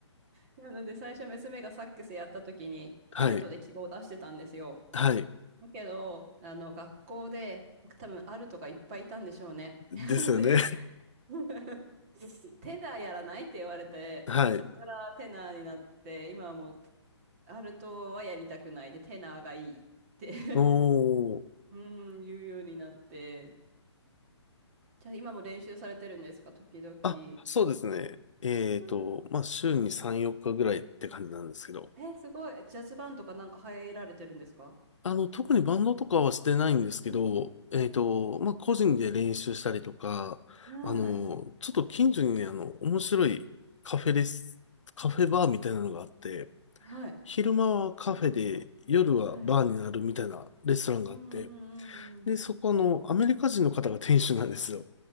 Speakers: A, on the right; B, on the left.
A: なので、最初娘がサックスやった時に、
B: はい。
A: アルトで希望を出してたんですよ。
B: はい。
A: だけど、あの、学校で、なんか多分アルトがいっぱいいたんでしょうね。
B: ですよね。
A: <laughs> なので、<laughs> テナーやらないって言われて、
B: <laughs> はい。
A: で、そこからテナーになって、今はもう、アルトはやりたくないで、テナーがいいって <laughs>
B: おー。
A: うーん、言うようになって、じゃあ今も練習されてるんですか、時々。
B: あ、そうですね。
A: うん
B: えっと、まあ、週に3、4日ぐらいって感じなんですけど。
A: え、すごい。ジャズバンドかなんか入られてるんですか
B: あの、特にバンドとかはしてないんですけど、
A: うん。
B: えっと、まあ、個人で練習したりとか、
A: はい。
B: あの、ちょっと近所にね、あの、面白いカフェです。カフェバーみたいなのがあって、
A: はい。
B: 昼間はカフェで、夜はバーになるみたいなレストランがあって、
A: はい。うんうんうんうん。
B: で、そこの、アメリカ人の方が店主なんですよ。